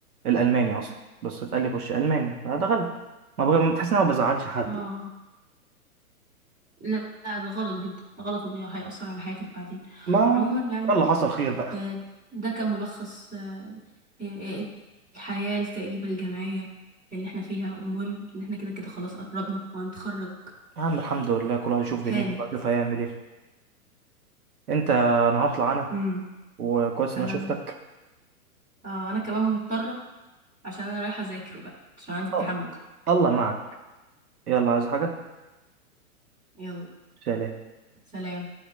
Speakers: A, on the right; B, on the right.
A: الألماني أصلا بس اتقال لي خش ألماني فدخلت ما بغ... بتحس إن أنا ما بزعلش حد
B: اه
A: يعني.
B: لا لا، ده غلط جدا غلط وهيأثر على حياتك بعدين
A: ما
B: عموما يعني
A: يلا حصل خير بقى
B: آه، ده كان ملخص آه، آه، آه، الحياة الكئيبة الجامعية اللي احنا فيها المهم ان احنا كده كده خلاص قربنا وهنتخرج
A: يا عم الحمد لله كل واحد يشوف دنيته
B: هانت
A: بقى يشوف هيعمل إيه أنت أنا هطلع أنا
B: امم
A: وكويس إن
B: انا
A: أنا شفتك
B: آه انا كمان مضطرة عشان انا رايحة اذاكر بقى عشان عندي امتحان
A: آه،
B: بكرة
A: الله معك يلا عايز حاجة
B: يلا
A: شالها
B: سلام